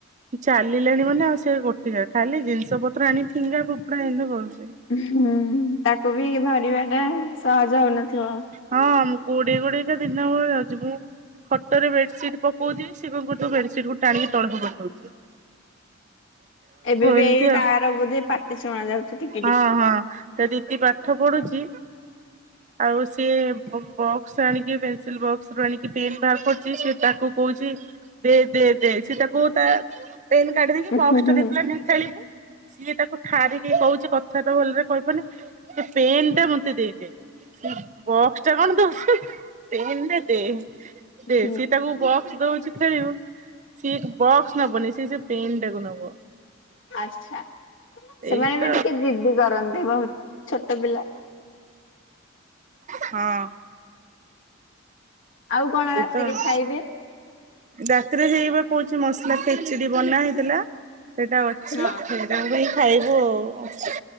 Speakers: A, on the right; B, on the left.
A: ଚାଲିଲାଣି ମାନେ ଆଉ ସେ ଗୋଟେ ଯାଗା ଖାଲି ଜିନିଷ ପତ୍ର ଆଣି ଫିଙ୍ଗା ଫୋପଡା ଏମତି କରୁଚି।
B: ହୁଁ ତାକୁ ବି ଧରିବା ଟା ସହଜ ହଉନଥିବ।
A: ହଁ ଗୋଡେଇ ଗୋଡେଇକା ଦିନ ଭଳି ଯାଉଛି ପା। ଖଟରେ ବେଡସିଟ୍ ପକଉଥିବି ସେ କଣ କରୁଥିବ ବେଡସିଟ୍ କୁ ଟାଣିକି ତଳେ ପକଉଥିବ।
B: ଏବେ ବି
A: ଏମିତି
B: ଏଇ
A: ଆଉ
B: ତାର ବୋଧେ ପାଟି ଶୁଣା ଯାଉତିଥି।
A: ହଁ ହଁ ତା ଦିଦି ପାଠ ପଢୁଚି ଆଉ ସିଏ ବ ସେ ଆଣିକି ପେନସିଲ୍‌ ବକ୍ସ ରୁ ଆଣିକି ପେନ୍ ବାହାର କରୁଚି ସେ ତାକୁ କହୁଚି ଦେ ଦେ ଦେ ସିଏ ତାକୁ ତା ପେନ୍ କାର୍ଡ ଦେଇକି
B: ହୁଁ
A: ବକ୍ସ
B: ହୁଁ
A: ଟା ଦେଇଥିଲା ନେ ଖେଲିବୂ ସିଏ ତାକୁ ଠାରିକି କହୁ ସେ କଥାବାର୍ତ୍ତା ଭଲରେ କରିପାରୁନି ସେ ପେନ୍‌ଟା ମତେ ଦେଇ ଦେ। ବକ୍ସଟା କଣ ଦଉଛୁ ପେନ୍‌ଟା ଦେ।
B: ହୁଁ
A: ଦେ ସେ ତାକୁ ବକ୍ସ ଦଉଛି। ଖେଳିବ ସେ ବକ୍ସ ନବନି ସେ ସେ ପେନ୍‌ଟାକୁ ନବ।
B: ଆଛା ସେମାନେ
A: ଏଇତ
B: ବି ଟିକେ ଜିଦି କରନ୍ତି ବହୁତ୍ ଛୋଟ ପିଲା।
A: ହଁ।
B: ଆଉ କଣ
A: ଏଇତ
B: ରାତିରେ ଖାଇବେ?
A: ରାତିରେ ହେଇବା କହୁଛିି ମସଲା ଖେଚେ଼ଡି ବନା ହେଇଥିଲା ସେଇଟା ଅଛି।
B: ହଁ
A: ସାଙ୍ଗହୋଇ ଖାଇବୁ ଆଉ ଅଛି।